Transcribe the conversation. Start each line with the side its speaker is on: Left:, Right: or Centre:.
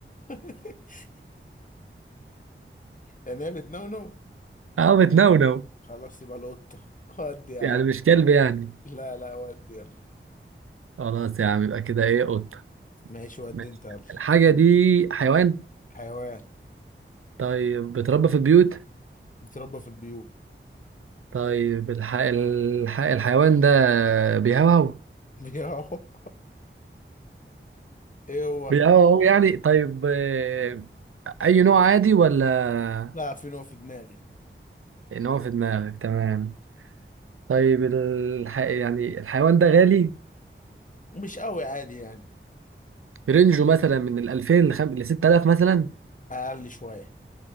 Left: <laughs> يعني هي بتنونو
Right: <laughs> اه بتنونو
Left: خلاص يبقى القطة ودي يا
Right: يعني
Left: عم
Right: مش كلب يعني
Left: لا لا ودي يلا
Right: خلاص يا عم يبقى كده ايه قطة
Left: ماشي ودي
Right: ماشي
Left: انت يلا
Right: الحاجة دي حيوان
Left: حيوان
Right: طيب بيتربى في البيوت
Left: بيتربى في البيوت
Right: طيب الح... الح... الحيوان ده بيهوهو
Left: <laughs> بيهو. ايه هو
Right: بيهوهو يعني طيب آه، أي نوع عادي ولا
Left: لا في نوع في دماغي
Right: نوع في دماغك تمام طيب الح... يعني الحيوان ده غالي
Left: مش قوي عادي يعني
Right: رينجه مثلا من ال 2000 لخم... ل 6000 مثلا
Left: أقل شوية